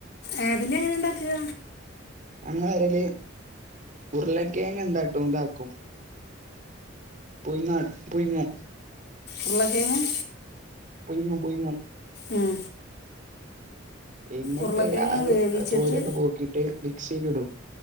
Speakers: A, on the left; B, on the right.
A: ഏഹ് പിന്നെ എങ്ങനെ ഇണ്ടാക്കാ.
B: ഞങ്ങളെ പെരേല് ഉരുളക്കിഴങ്ങ് ഇണ്ടാ ണ്ടാക്കും പുയിങ്ങ പുഴുങ്ങി.
A: ഉർളക്കേങ്ങ്
B: പുഴ്ങ്ങും പുഴ്ങ്ങും
A: ഉം
B: ഇന്നെട്ട്
A: ഉരുളക്കിഴങ്ങ്
B: അത്
A: വേവിച്ചിട്ട്
B: തോലൊക്കെ പോക്കീട്ട് മിക്സീല് ഇടും